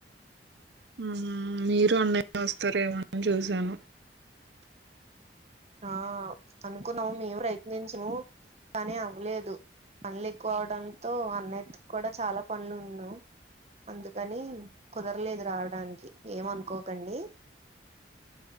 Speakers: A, on the right (about 75°); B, on the right (about 40°).
A: ఉం మీరు అన్నయ వస్తారేమని చూశాను
B: ఆ అనుకున్నాము మేము ప్రయత్నించము కానీ అవ్వలేదు పనులు ఎక్కువ అవడంతో అన్నిటి కూడా చాలా పనులు ఉన్నా అందుకని కుదరలేదు రావడానికి ఏమ అనుకోకండి